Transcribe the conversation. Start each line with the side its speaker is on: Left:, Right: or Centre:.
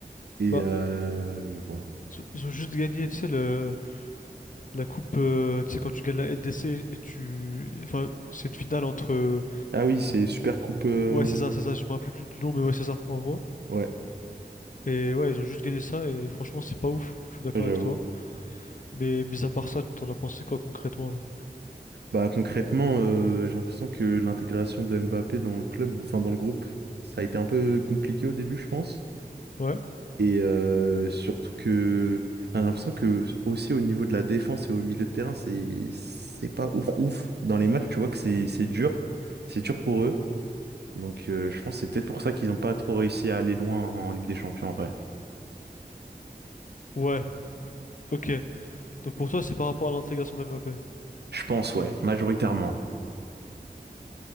Right: Et
Left: Bah,
Right: euh, voilà.
Left: ils ont ils ont juste gagné, tu sais, le, la coupe, euh, tu sais, quand tu gagnes la LDC et tu, enfin, c'est une finale entre,
Right: Ah oui, c'est Super Coupe. euh,
Left: ouais, c'est ça, c'est ça, je me rappelle plus du nom, mais ouais, c'est ça, en gros.
Right: Ouais,
Left: Et ouais, ils ont juste gagné ça et franchement, c'est pas ouf. Je suis d'accord
Right: ouais, j'avoue.
Left: avec toi. Mais mis à part ça, t'en as pensé quoi concrètement, genre?
Right: Bah concrètement, euh, j'ai l'impression que l'intégration de Mbappé dans le club, enfin dans le groupe, ça a été un peu compliqué au début, je pense.
Left: Ouais.
Right: Et euh, surtout que enfin, j'ai l'impression que aussi au niveau de la défense et au milieu de terrain, c'est c'est pas ouf ouf. Dans les matchs, tu vois que c'est c'est dur. C'est dur pour eux. Donc euh, je pense que c'est peut-être pour ça qu'ils n'ont pas trop réussi à aller loin en Ligue des Champions, en vrai.
Left: Ouais, ok. Donc pour toi, c'est par rapport à l'intégration des MAP.
Right: Je pense, ouais, majoritairement.